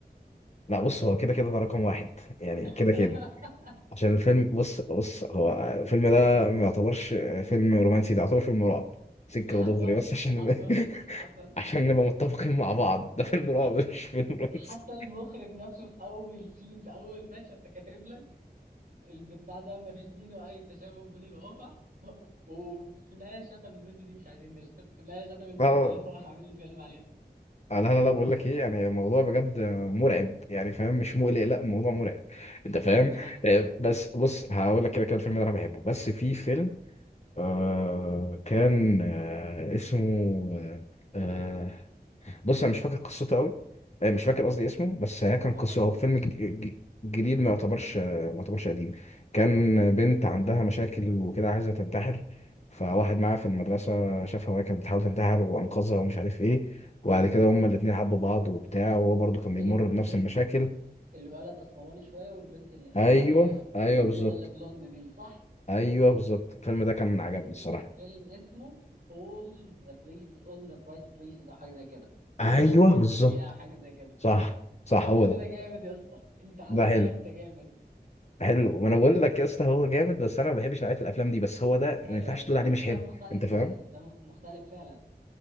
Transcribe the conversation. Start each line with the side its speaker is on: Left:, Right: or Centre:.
Left: لا بص هو كده كده ده رقم واحد يعني
Right: <laughs>
Left: كده كده عشان الفيلم بص بص هو الفيلم ده ما يعتبرش فيلم رومانسي ده يعتبر فيلم رعب سكه
Right: حصل
Left: ودغري بس عشان
Right: حصل
Left: <laughs>
Right: حصل
Left: عشان نبقى متفقين مع بعض ده فيلم رعب
Right: حصل
Left: مش فيلم
Right: ده
Left: رومانسي
Right: حتى المخرج نفسه في اول سين في اول مشهد كاتب لك البتاع ده ما فيش بينه اي تشابه بين الواقع <laughs> وفي النهايه شتم البنت دي مش عايزين نشتم في النهايه شتم البنت
Left: اه
Right: اللي هو عامل الفيلم عليها
Left: لا لا لا بقول لك ايه يعني الموضوع بجد مرعب يعني فاهم مش مقلق لا الموضوع مرعب انت فاهم
Right: حصل حصل
Left: آه، بس بص هقول لك كده كده الفيلم ده انا بحبه بس في فيلم آه كان آه اسمه آه، آه، بص انا مش فاكر قصته قوي آه، مش فاكر قصدي اسمه بس هي كان
Right: اه
Left: قصه هو
Right: اللي
Left: فيلم
Right: قصته
Left: جد- ج- جديد ما يعتبرش آه، ما يعتبرش قديم كان بنت عندها مشاكل وكده عايزه تنتحر فواحد معاها في المدرسه شافها وهي كانت بتحاول تنتحر وانقذها ومش عارف ايه وبعد كده هما الاتنين حبوا بعض وبتاع وهو برضو كان بيمر
Right: ال-
Left: بنفس
Right: ال-
Left: المشاكل
Right: الولد اسمراني شويه والبنت اللي هي
Left: ايوه ايوه
Right: البيضه
Left: بالظبط
Right: اللي بلوند دي صح
Left: ايوه بالظبط الفيلم ده كان
Right: الفيلم
Left: عجبني الصراحه
Right: الفيلم اسمه All the places All the bright places او حاجه زي كده كل
Left: ايوه
Right: الاماكن المضيئه
Left: بالظبط
Right: او حاجه زي كده
Left: صح صح
Right: الفيلم
Left: هو ده
Right: ده جامد يا اسطى انت علينا
Left: ده حلو
Right: وانت جامد
Left: حلو ما انا بقول لك يا اسطى هو جامد بس انا ما بحبش نوعيه الافلام دي بس هو ده ما
Right: ايوه
Left: ينفعش
Right: ايوه
Left: تقول عليه مش
Right: ده
Left: حلو
Right: مختلف
Left: انت فاهم
Right: فعلا ده مخ- مختلف فعلا